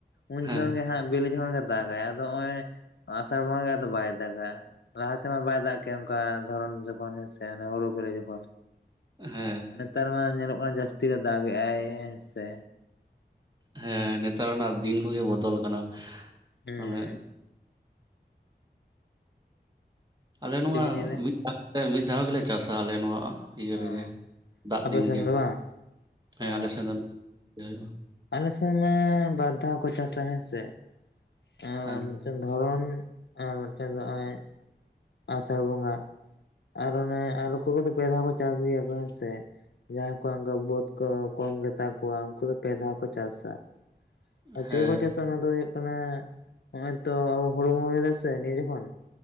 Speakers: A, on the left; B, on the right.
A: ᱩᱱ
B: ᱦᱮᱸ
A: ᱡᱚᱦᱚᱱ ᱜᱮ ᱦᱟᱜ ᱵᱤᱞᱤ ᱡᱚᱠᱷᱚᱱ ᱜᱮ ᱫᱟᱜᱟᱭ ᱟᱫᱚ ᱦᱚᱜ-ᱚᱭ ᱟᱥᱟᱲ ᱵᱚᱸᱜᱟ ᱜᱮ ᱟᱫᱚ ᱵᱟᱭ ᱫᱟᱜᱟ ᱞᱟᱦᱟᱛᱮ ᱢᱟ ᱵᱟᱭ ᱫᱟᱜ ᱠᱮᱭᱟ ᱚᱱᱠᱟ ᱫᱷᱚᱨᱚᱱ ᱡᱚᱠᱷᱚᱱ ᱦᱮᱸ ᱥᱮ ᱦᱩᱲᱩ ᱵᱮᱞᱮ ᱡᱚᱠᱷᱚᱱ
B: ᱦᱮᱸ
A: ᱱᱮᱛᱟᱨ ᱢᱟ ᱧᱮᱞᱚᱜ ᱠᱟᱱᱟ ᱡᱟᱹᱥᱛᱤ ᱜᱮ ᱫᱟᱜᱽ ᱮᱫᱟᱭ ᱦᱮᱸ ᱥᱮ
B: ᱦᱮᱸ ᱱᱮᱛᱟᱨ ᱚᱱᱟ ᱫᱤᱱ ᱠᱚᱜᱮ ᱵᱚᱫᱚᱞ ᱠᱟᱱᱟ
A: ᱦᱩᱸ
B: ᱢᱟᱱᱮ ᱟᱞᱮ ᱱᱚᱣᱟ
A: ᱪᱮᱫ ᱵᱤᱱ ᱞᱟᱹᱭ ᱫᱟ
B: ᱢᱤᱫ ᱫᱷᱟᱣ ᱢᱤᱫ ᱫᱷᱟᱣ ᱜᱮᱞᱮ ᱪᱟᱥᱟ ᱟᱞᱮ ᱱᱚᱣᱟ ᱤᱭᱟᱹ
A: ᱚ
B: ᱨᱮᱜᱮ ᱫᱟᱜ
A: ᱟᱯᱮ
B: ᱫᱤᱱ
A: ᱥᱮᱱ
B: ᱜᱮ
A: ᱫᱚ ᱵᱟᱝ
B: ᱦᱮᱸ
A: ᱚ
B: ᱟᱞᱮᱥᱮᱫ ᱫᱚ <inaudible> ᱦᱩᱭᱩᱜᱼᱟ
A: ᱟᱞᱮ ᱥᱮᱱ ᱢᱟ ᱵᱟᱨ ᱫᱷᱟᱣ ᱠᱚ ᱪᱟᱥ-ᱟ ᱦᱮᱸ ᱥᱮ ᱟᱨ
B: ᱦᱮᱸ
A: ᱢᱤᱫᱴᱟᱱ ᱫᱷᱚᱨᱚᱱ ᱟᱨ ᱢᱤᱫᱴᱮᱱ ᱱᱚᱜᱚᱭ ᱟᱥᱟᱲ ᱵᱚᱸᱜᱟ ᱟᱨ ᱚᱱᱮ ᱟᱨ ᱚᱠᱚᱭ ᱠᱚᱫᱚ ᱯᱮ ᱫᱷᱟᱣ ᱠᱚ ᱪᱟᱥ ᱜᱮᱭᱟ ᱠᱚ ᱦᱮᱸ ᱥᱮ ᱡᱟᱦᱟᱭ ᱠᱚᱣᱟᱜ ᱚᱝᱠᱟ ᱵᱟᱹᱫᱽ ᱠᱚ ᱠᱚᱢ ᱜᱮᱛᱟ ᱠᱚᱣᱟ ᱩᱱᱠᱩ ᱫᱚ ᱯᱮ ᱫᱷᱟᱣ ᱠᱚ ᱪᱟᱥ-ᱟ ᱟᱨ
B: ᱦᱮᱸ
A: ᱪᱮᱠᱟ ᱠᱚ ᱪᱟᱥᱟ ᱚᱱᱟ ᱫᱚ ᱦᱳᱭᱳᱜ ᱠᱟᱱᱟ ᱱᱚᱜ-ᱚᱭ ᱛᱚ ᱟᱵᱚ ᱦᱳᱲᱳ ᱵᱚᱱ ᱨᱚᱦᱚᱭ ᱫᱟ ᱥᱮ ᱱᱤᱭᱟᱹ ᱡᱚᱠᱷᱚᱱ